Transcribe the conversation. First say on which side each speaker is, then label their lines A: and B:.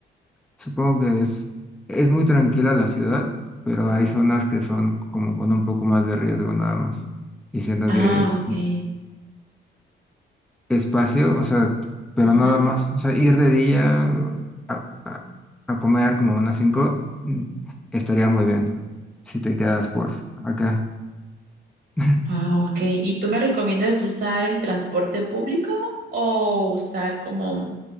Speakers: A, in the centre; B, on the right (about 60°).
A: supongo que es, es muy tranquila la ciudad, pero hay zonas que son como con un poco más de riesgo nada más. Y siento
B: Ah,
A: que es
B: ok.
A: espacio, o sea, pero
B: Ujú.
A: nada más, o sea, ir de día a, a- a comer como unas cinco mm, estaría muy bien si te quedas por acá. <laughs>
B: Ah, ok. ¿Y tú me recomiendas usar el transporte público o usar como...